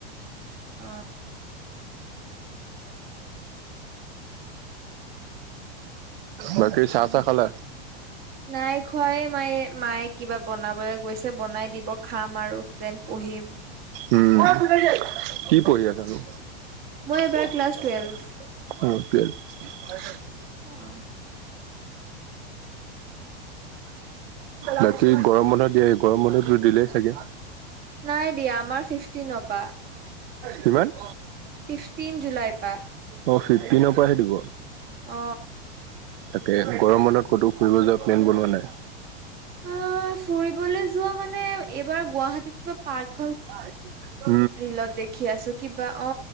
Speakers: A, on the right; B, on the right.
A: অ'। <inaudible>
B: বাকী চাহ তা খালা।
A: নাই খোৱাই নাই মই। মায়ে কিবা বনাবলৈ গৈছে বনাই দিব খাম আৰু দেন পঢ়িম।
B: উমঁ। কি পঢ়ি আছানো?
A: মই এইবাৰ
B: <unintelligible>
A: ক্লাছ টুৱেলভ। অ'
B: বাকী গৰম বন্ধ দিয়ে গৰম- গৰম বন্ধটো দিলেই চাগে।
A: নাই দিয়া আমাৰ ফিফটিনৰ পা,
B: কিমান?
A: ফিফটিন জুলাই পা।
B: অ ফিফটিনৰ পৰাহে দিব
A: অ
B: তাকে গৰম বন্ধত ক'তো ফুৰিব যোৱা প্লেন বনোৱা নাই
A: অ ফুৰিবলৈ যোৱা মানে এইবাৰ গুৱাহাটীত কিবা পাৰ্ক
B: হয় <inaudible>
A: ৰিলত দেখি আছো কিবা অ